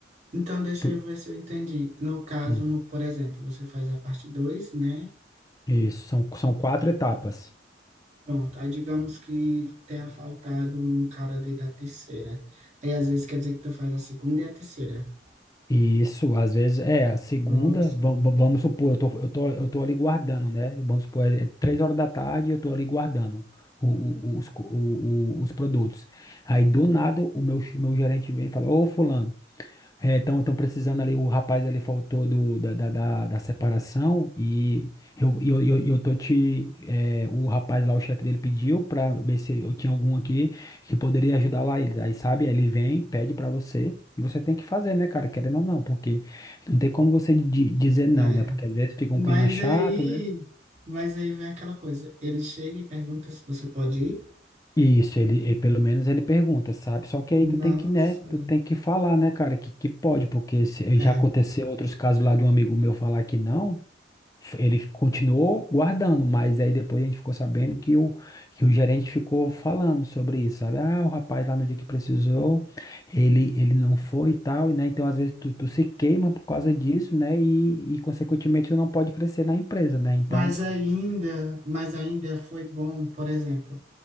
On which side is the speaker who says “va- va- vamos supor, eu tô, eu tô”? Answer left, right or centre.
Left